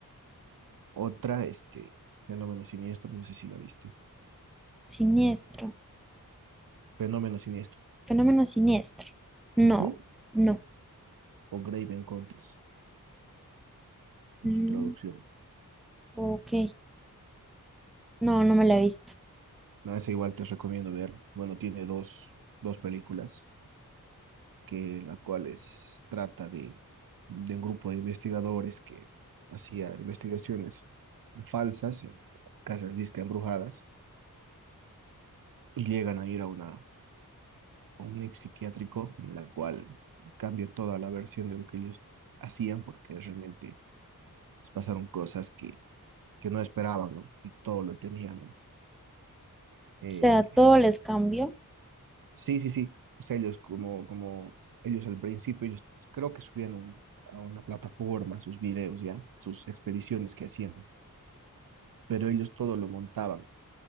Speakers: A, on the right (about 70°); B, in the centre.
A: Otra, este, Fenómeno Siniestro, no sé si la viste,
B: Siniestro.
A: Fenómeno Siniestro,
B: Fenómeno siniestro. No,
A: ujú,
B: no.
A: o Grave Encounters, en
B: Mm,
A: su traducción.
B: ok. No, no me la he visto.
A: No, esa igual te recomiendo ver. Bueno, tiene dos, dos películas que la cual es, trata de, de un grupo de investigadores que hacían investigaciones falsas, en casas disque embrujadas, y llegan a ir a, una, a un ex psiquiátrico, en la cual cambia toda la versión de lo que ellos hacían, porque realmente les pasaron cosas que, que no esperaban, ¿no? Y todo lo tenían ¿no? eh,
B: O sea, todo les cambió.
A: Sí, sí, sí. O sea, ellos como, como ellos al principio, ellos creo que subían un- a una plataforma sus videos, ya, sus expediciones que hacían, pero ellos todo lo montaban. O